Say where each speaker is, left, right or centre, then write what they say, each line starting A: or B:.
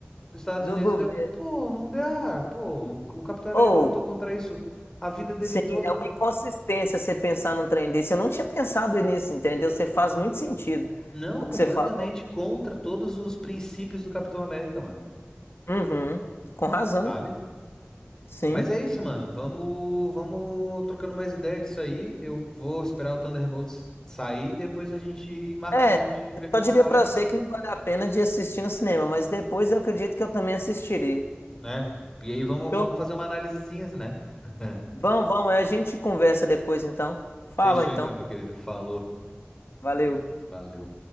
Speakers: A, on the left (about 15°); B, on the left (about 90°).
A: dos Estados
B: do
A: Unidos.
B: governo.
A: Deu, pô, não dá, pô, o, o Capitão América
B: Ou,
A: lutou contra isso a vida dele
B: sim,
A: toda.
B: é uma inconsistência você pensar num trem desse. Eu não tinha pensado nisso, entendeu? Você faz muito sentido
A: Não,
B: o
A: completamente
B: que você falou.
A: contra todos os princípios do Capitão América, mano.
B: Uhum, com razão,
A: Sabe?
B: sim.
A: Mas é isso, mano. Vamos, vamos trocando mais ideia disso aí. Eu vou esperar o Thunderbolts sair, depois a gente marca
B: É,
A: de a gente
B: eu
A: ver como,
B: só diria
A: qual
B: pra
A: é,
B: você que não vale a pena de assistir no cinema, mas depois eu acredito que eu também assistiria.
A: né? E aí vamos,
B: Fechou?
A: vamos fazer uma análisezinha, né? <laughs>
B: Vamos, vamos, aí a gente conversa depois então. Fala
A: Fechou
B: então.
A: então, meu querido. Falou.
B: Valeu.
A: Valeu.